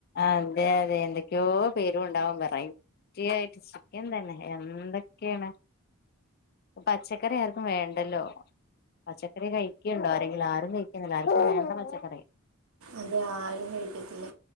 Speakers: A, on the left; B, on the right.
A: അതെ, അതെ എന്തൊക്കെയോ പേരുവൊണ്ടാവും വെറയ് വേറാറ്റിയയിട്ട് ചിക്കൻ തന്നെ എന്തൊക്കെയാണ്? പച്ചക്കറി ആർക്കും വേണ്ടല്ലോ പച്ചക്കറി കഴിക്ക്‌ണ്ടോ, ആരെങ്കിലും ആരും കഴിക്ക്‌ന്നില്ല. ആർക്കും വേണ്ട പച്ചക്കറി.
B: അതെ ആരും കഴിക്കത്തില്ല.